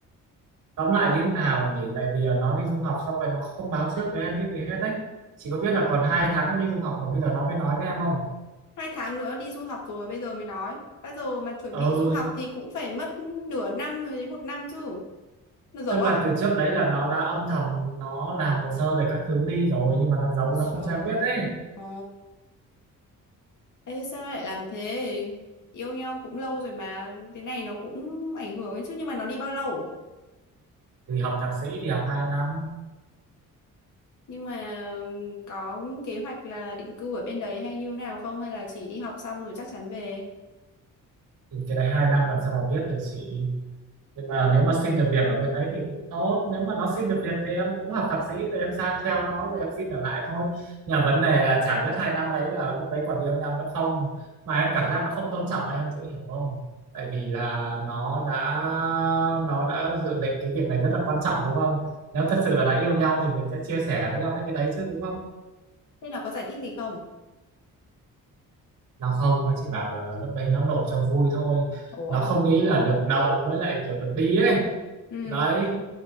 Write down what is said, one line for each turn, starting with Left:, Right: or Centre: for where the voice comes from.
Right: tóm lại như thế nào nhỉ tại vì là nó đi du học xong rồi nó không báo trước với em biết gì hết đấy chỉ có biết là còn hai tháng nó đi du học mà bây giờ nó mới nói với em không
Left: hai tháng nữa đi du học rồi mà bây giờ mới nói. Bây giờ mà chuẩn
Right: ừ
Left: bị du học thì cũng phải mất nửa năm rồi đến một năm chứ. Nó giấu
Right: tức
Left: à?
Right: là từ trước đấy là nó đã âm thầm nó làm hồ sơ rồi các thứ đi rồi nhưng mà nó giấu
Left: Ôi
Right: nó không
Left: trời.
Right: cho em biết đấy
Left: Ồ, ê sao nó lại làm thế? Yêu nhau cũng lâu rồi mà, cái này nó cũng ảnh hưởng ấy chứ. Nhưng mà nó đi bao lâu?
Right: thì học thạc sĩ thì học hai năm
Left: Nhưng mà có kế hoạch là định cư ở bên đấy hay như nào không? Hay là chỉ đi học xong rồi chắc chắn về?
Right: thì cái đấy hai năm làm sao mà biết được chị nhưng mà nếu mà xin được việc ở bên đấy thì cũng tốt nếu mà nó xin được việc thì em cũng học thạc sĩ rồi em sang theo nó rồi em xin ở lại thôi nhưng mà vấn đề là chả biết hai năm đấy là lúc đấy còn yêu nhau nữa không mà em cảm giác nó không tôn trọng em chị hiểu không tại vì là nó đã nó đã dự định cái việc này rất là quan trọng đúng không nếu thật sự là đã yêu nhau thì mình sẽ chia sẻ với nhau những cái đấy chứ đúng không
Left: Thế nó có giải thích gì không?
Right: nó không nó chỉ bảo là lúc đấy nó nộp cho vui thôi
Left: Ủa?
Right: nó không nghĩ là được đậu với lại kiểu được đi ấy
Left: Ừ.
Right: đấy